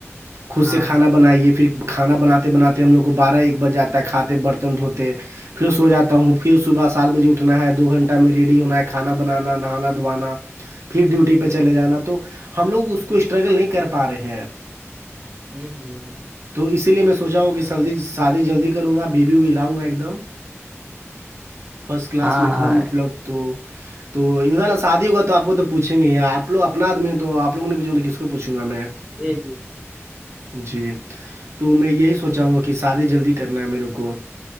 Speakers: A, on the right; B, on the right.
A: خود
B: ہاں
A: سے کھانا بنائیے پھر کھانا بناتے بناتے ہم لوگ کو بارہ ایک بج جاتا ہے کھاتے برتن دھوتے پھر سو جاتا ہوں پھر صبح سات بجے اٹھنا ہے دو گھنٹہ میں ریڈی ہونا ہے کھانا بنانا نہانا دھوانا پھر ڈیوٹی پہ چلے جانا تو ہم لوگ اس کو اسٹرگل نہیں کر پا رہے ہیں
B: ا ہ <unintelligible>
A: تو اسی لیے میں سوچا ہوں کہ سردی شادی جلدی کروں گا بیے بییو بھی لاؤں گا ایک دم فرسٹ کلاس
B: ہاں
A: میں ایک
B: ہاں
A: دم مطلب تو تو ان شاء اللہ شادی ہوا تو آپ کو تو پوھیں گے آپوگ اپنا آدمی ہیں تو آپوگ کو نہیںوچھیں گے تو کس کو پوچھوں گا میں
B: جی جی
A: جی تو میں یہی سوچا ہوں گا کہ شادی جلدی کرنا ہے میرے کو